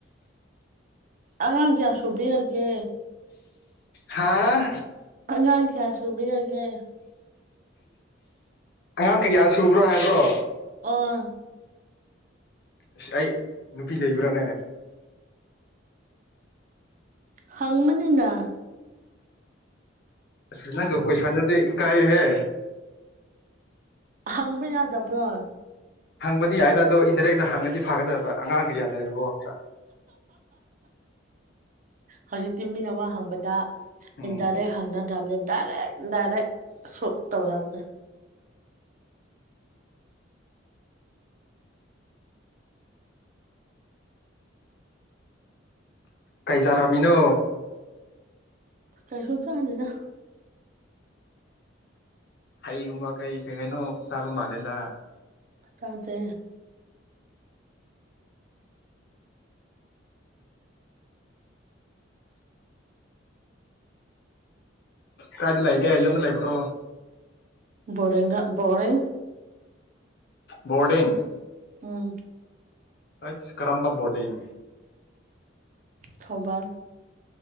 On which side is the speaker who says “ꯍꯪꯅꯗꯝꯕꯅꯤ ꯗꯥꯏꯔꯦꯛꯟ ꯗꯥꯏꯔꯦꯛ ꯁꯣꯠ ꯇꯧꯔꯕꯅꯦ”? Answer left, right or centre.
Right